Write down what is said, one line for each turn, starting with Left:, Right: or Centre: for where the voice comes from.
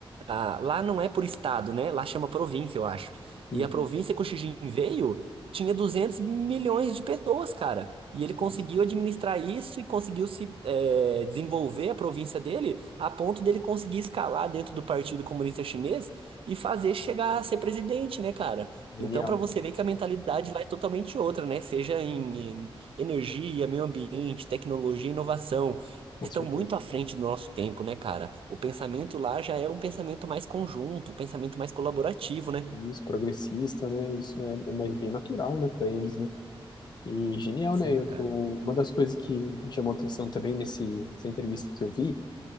Right: Ah, lá não é por estado, né? Lá chama província, eu acho.
Left: Sim,
Right: E a província que o Xi Jinping veio tinha 200 milhões de pessoas, cara. E ele conseguiu
Left: nossa,
Right: administrar isso e conseguiu se eh, desenvolver a província dele a ponto dele conseguir escalar dentro do Partido Comunista Chinês e fazer chegar a ser presidente, né, cara?
Left: genial,
Right: Então, pra você ver que a mentalidade lá é totalmente outra, né? Seja em, em energia, meio ambiente, tecnologia, e inovação
Left: com
Right: estão
Left: certeza.
Right: muito à frente do nosso tempo, né, cara? O pensamento lá já é um pensamento mais conjunto, um pensamento mais colaborativo, né?
Left: Isso, progressista, né? Isso é, é mais bem natural, né, para eles, né? E genial,
Right: Sim,
Left: né? Eu,
Right: cara.
Left: o- uma das coisas que me chamou a atenção também nesse, nessa entrevista que eu vi,